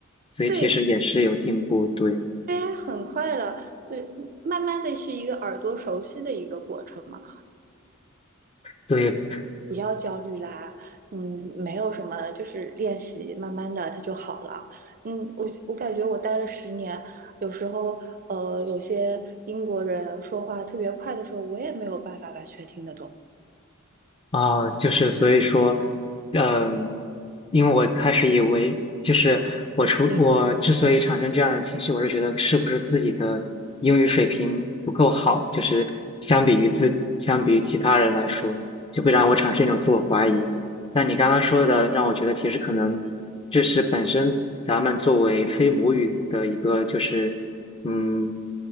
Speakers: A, on the left (about 25°); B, on the right (about 40°).
A: 所以其实也是有进步。
B: 对
A: 对
B: ，AI 很快了，就慢慢的是一个耳朵熟悉的一个过程嘛。
A: 对，
B: 不要焦虑啦，嗯，没有什么，就是练习，慢慢的它就好了。嗯，我我感觉我待了十年，有时候呃，有些英国人说话特别快的时候，我也没有办法完全听得懂。
A: 啊，就是所以说，嗯，因为我开始以为，就是我出我之所以产生这样的情绪，
B: 嗯。
A: 我是觉得是不是自己的英语水平不够好，就是相比于自己，相比于其他人来说，就会让我产生一种自我怀疑。那你刚刚说的，让我觉得其实可能这是本身咱们作为非母语的一个，就是嗯，